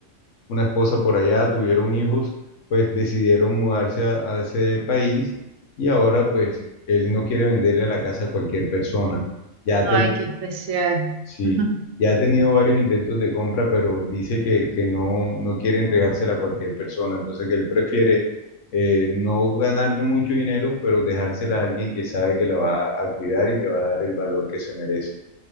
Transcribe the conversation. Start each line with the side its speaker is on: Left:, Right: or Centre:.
Left: una esposa por allá, tuvieron hijos, pues decidieron mudarse a, a ese país y ahora, pues, él no quiere venderle la casa a cualquier persona. Ya ha
Right: Ay,
Left: tenido,
Right: qué especial.
Left: sí,
Right: <laughs>
Left: ya ha tenido varios intentos de compra, pero dice que, que no, no quiere entregársela a cualquier persona. Entonces, que él prefiere eh, no ganarle mucho dinero, pero dejársela a alguien que sabe que la va a cuidar y le va a dar el valor que se merece.